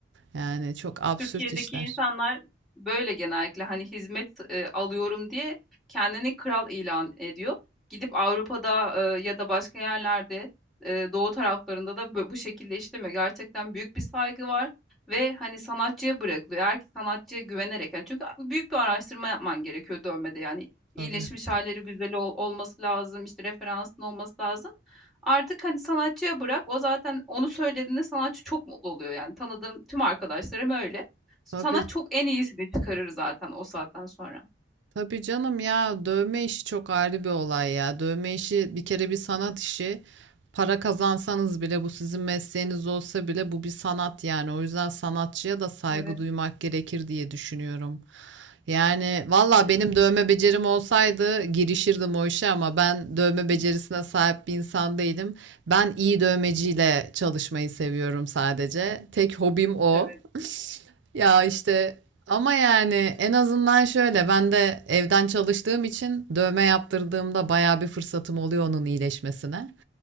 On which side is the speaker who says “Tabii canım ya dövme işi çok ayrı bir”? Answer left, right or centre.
Right